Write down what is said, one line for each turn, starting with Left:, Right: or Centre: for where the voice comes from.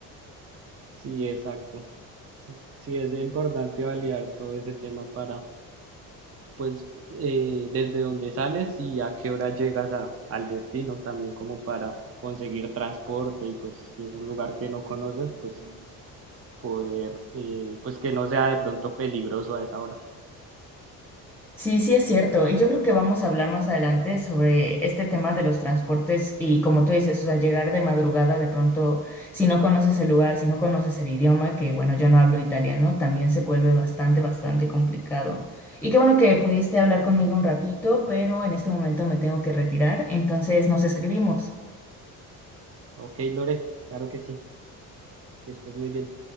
Right: Sí, exacto. Sí, sí es importante validar todo ese tema para pues eh, desde donde sales y a qué hora llegas a, al destino también como para conseguir transporte y pues si es un lugar que no conoces, pues poder, eh, pues que no sea de pronto peligroso a esa hora.
Centre: Sí, sí es cierto. Y yo creo que vamos a hablar más adelante sobre este tema de los transportes y como tú dices, o sea, llegar de madrugada de pronto, si no conoces el lugar, si no conoces el idioma, que bueno, yo no hablo italiano, también se vuelve bastante, bastante complicado. Y qué bueno que pudiste hablar conmigo un ratito, pero en este momento me tengo que retirar, entonces nos escribimos.
Right: Ok, Lore, claro que sí, que estés muy bien.